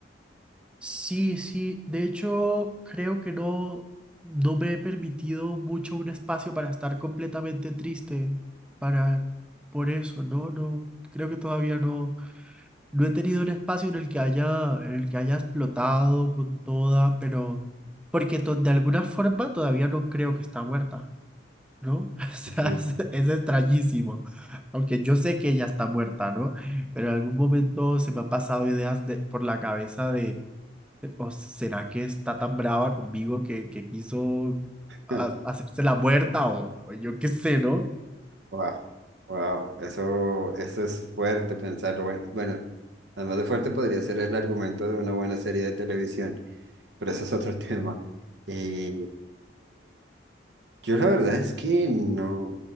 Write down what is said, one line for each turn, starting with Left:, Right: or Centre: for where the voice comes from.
Centre: Sí, sí. De hecho, creo que no, no me he permitido mucho un espacio para estar completamente triste para por eso, no, no. Creo que todavía no, no he tenido un espacio en el que haya, en el que haya explotado con toda, pero porque to- de alguna forma todavía no creo que está muerta, ¿no? <laughs> O sea,
Right: Ujú.
Centre: es, es extrañísimo. Aunque yo sé que ella está muerta, ¿no? Pero en algún momento se me han pasado ideas de- por la cabeza de ¿O será que está tan brava conmigo que, que quiso ha-
Right: <laughs>
Centre: hacerse la muerta o, o yo qué sé, ¿no?
Right: Wow, wow, eso, eso es fuerte pensarlo. Bueno, bueno, además de fuerte podría ser el argumento de una buena serie de televisión, pero eso es otro <laughs> tema. Y, Yo la verdad es que no,